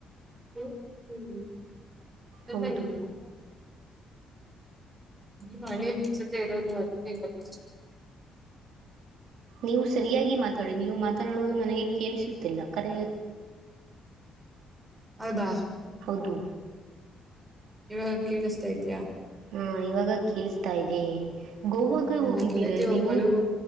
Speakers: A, on the right; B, on the right.
A: ಹ ಹ್ಮ್
B: ಹೌದು
A: <unintelligible> ಇದಿಯಾ. ನೀವು ಹಳ್ಳಿಯಲ್ ಅನ್ಸುತ್ತೆ ಇರೋದು ಅದಕ್ಕೆ <unintelligible>
B: ನೀವು ಸರಿಯಾಗಿ ಮಾತಾಡಿ ನೀವು ಮಾತನಾಡುವುದು ನನಗೆ ಕೇಳಿಸುತ್ತಿಲ್ಲ ಕರೆ
A: ಹೌದಾ.
B: ಹೌದು.
A: ಇವಾಗ ಕೇಳಸ್ತಾ ಇದ್ಯಾ.
B: ಹಾ ಇವಾಗ ಕೆಳಸ್ತಾ ಇದೆ ಗೋವಾ ಗೋವಾಗೆ
A: ನನ್ನ
B: ಹೋಗಿದ್ದೀರಾ
A: ಗೆಳತಿ
B: ನೀವು
A: ಒಬ್ಬಳು